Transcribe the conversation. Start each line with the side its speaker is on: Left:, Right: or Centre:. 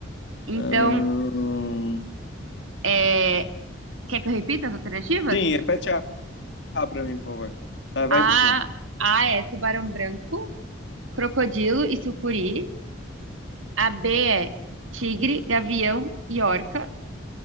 Right: Então,
Left: Ahn,
Right: é, quer que eu repita as alternativas?
Left: Sim, repete A A pra mim, por favor. Vai, vai
Right: A,
Left: repetindo.
Right: A é tubarão branco, crocodilo e sucuri. A B é tigre, gavião e orca.